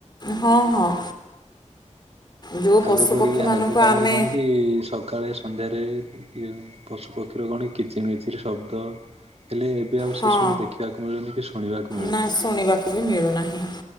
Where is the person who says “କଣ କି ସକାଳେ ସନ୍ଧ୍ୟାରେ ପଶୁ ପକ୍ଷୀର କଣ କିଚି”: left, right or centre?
Right